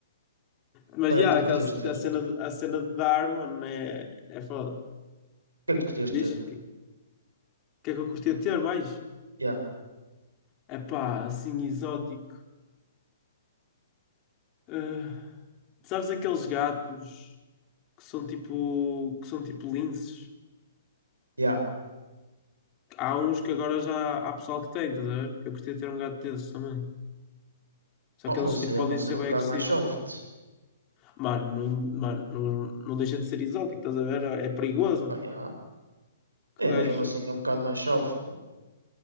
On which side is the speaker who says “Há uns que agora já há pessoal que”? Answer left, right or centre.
Left